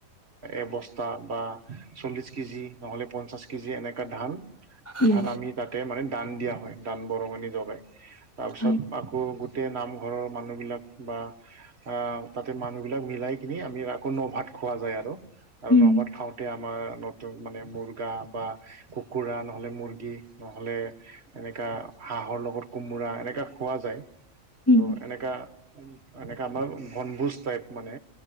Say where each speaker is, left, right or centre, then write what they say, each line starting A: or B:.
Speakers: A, on the right; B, on the left.
A: এবস্তা বা চল্লিশ কেজি নহ'লে পঞ্চাছ কেজি এনেকুৱা ধান।
B: উম
A: ধান আমি তাতে মানে দান দিয়া হয় দান বৰঙণি জগাই। তাৰপিছত
B: হয়
A: আকৌ গোটেই নামঘৰৰ মানুহবিলাক বা। আহ তাতে মানুহবিলাক মিলাই কিনি আমি আকৌ ন ভাত খোৱা যায়, আৰু আৰু
B: উম
A: ন ভাত খাওঁতে গতে আমাৰ নতুন মানে মুৰ্গা বা কুকুৰা নহ'লে মুৰ্গী, নহ'লে এনেকা হাঁহৰ লগত কোমোৰা, এনেকা খোৱা যায়।
B: উম
A: ত এনেকা, এনেকা আমাৰ বনভোজ টাইপ মানে।